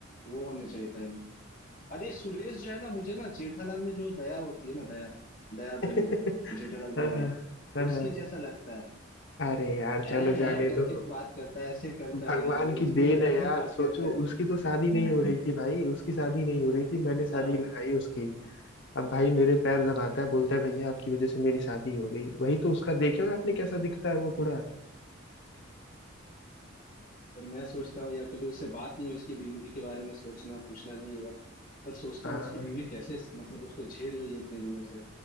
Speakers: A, on the left; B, on the left.
A: वो होना चाहिए था इन अरे सुरेश जो है ना मुझे ना जेठालाल में जो दया होती है ना दया दया
B: <laughs>
A: बहन जो है, जेठालाल
B: हाँ
A: की वाइफ
B: हाँ हाँ, हाँ।
A: उसके जैसा लगता है
B: अरे यार
A: ऐ
B: चलो
A: है
B: जाने
A: करके
B: दो
A: बात करता है ऐसे करता
B: भगवान
A: है यार वो
B: की
A: भी
B: देन
A: अलग
B: है यार
A: ही बात
B: सोचो
A: करता
B: उसकी तो शादी नहीं
A: है
B: हो रही
A: <laughs>
B: थी भाई उसकी शादी नहीं हो रही थी मैंने शादी
A: हाँ
B: लगाई उसकी अब भाई मेरे पैर दबाता है बोलता है भैया आपकी वजह से मेरी शादी हो गई वही तो उसका देखे हो आपने कैसा दिखता है वो थोड़ा
A: पर मैं सोचता हूँ यार कभी उससे बात नहीं हुई उसकी बीवी के बारे में सोचना पूछना नहीं हुआ पर सोचता
B: हाँ
A: हूँ उसकी बीवी कैसे मतलब उसको झेल रही है इतने दिनों से